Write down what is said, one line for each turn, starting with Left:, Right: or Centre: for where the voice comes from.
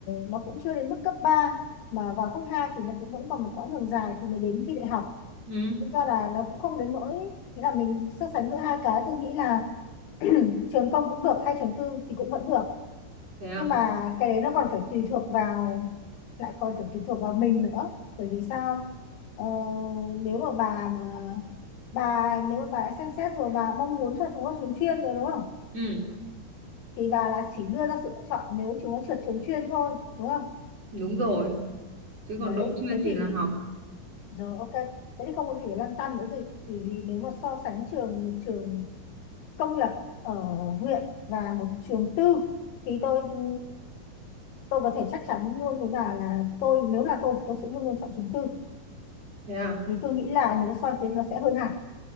Left: nó cũng chưa đến mức cấp ba mà vào cấp 2 thì nó cũng vẫn còn một quãng đường dài thì mới đến thi đại học
Right: ừ.
Left: thực ra là nó cũng không đến nỗi nghĩa là mình so sánh giữa hai cái tôi nghĩ là trường công cũng được hay trường tư thì cũng vẫn được
Right: thế à
Left: nhưng mà cái đấy nó còn phải tùy thuộc vào lại còn phải tùy thuộc vào mình nữa bởi vì sao ờ, nếu mà bà mà bà nếu mà bà đã xem xét rồi bà mong muốn cho chúng nó trường chuyên rồi đúng không
Right: ừ.
Left: thì bà là chỉ đưa ra sự lựa chọn nếu chúng nó trượt trường chuyên thôi đúng không
Right: đúng rồi chứ
Left: đấy
Right: còn đỗ chuyên
Left: thế
Right: thì
Left: thì
Right: là học
Left: giờ ok thế thì không có gì phải lăn tăn nữa rồi thì vì nếu mà so sánh trường một trường công lập ở huyện và một trường tư thì tôi ừ, tôi có thể chắc chắn luôn với bà là tôi nếu là tôi tôi sẽ luôn luôn chọn trường tư
Right: thế à
Left: vì tôi nghĩ là nếu so sánh nó sẽ hơn hẳn